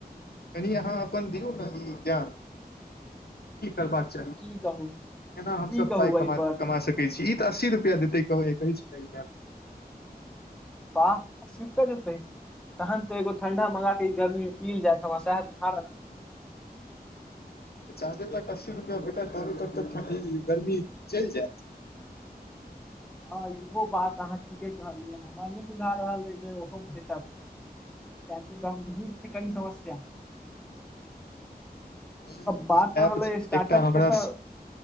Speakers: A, on the left; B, in the centre.
A: कनी अहाँ अपन अपन दियौ ने ई ज्ञान की करबाक चाही केना
B: की कहू
A: हमसभ
B: की कहू
A: पाइ
B: एहिपर
A: कमा कमा सकैत छी ई तऽ अस्सी रुपैआ देतै कहै कहै छलाह आय आयब
B: वाह कर देतै तहन त एगो ठंडा मंगा क ई गर्मी मे पीयल जायत हमरा साए बुझा रहल
A: जा धरि तक अस्सी रुपआ भेटत ताबे तक ठंढी ई गर्मी चलि जायत
B: हँ इहो बात अहाँ ठीके कहलियै हमरा नहि बुझा रहल अइ जे ओहो भेटत गमभीर छै कनि समस्या
A: नहि यौ
B: अब बात
A: ई ऐप
B: रहलै स्टार्टअप
A: एकटा हमरा
B: के तऽ